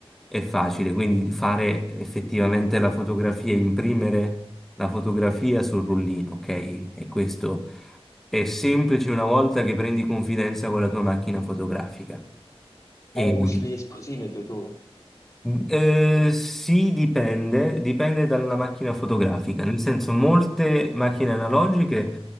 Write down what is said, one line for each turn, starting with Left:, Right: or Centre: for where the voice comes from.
Centre: è facile, quindi fare effettivamente la fotografia, imprimere la fotografia sul rullino, ok? E questo è semplice una volta che prendi confidenza con la tua macchina fotografica. E,
Left: Eh, usi
Centre: Mm.
Left: degli esplosimetri tu?
Centre: Eh, sì, dipende, dipende dalla macchina fotografica, nel senso molte macchine analogiche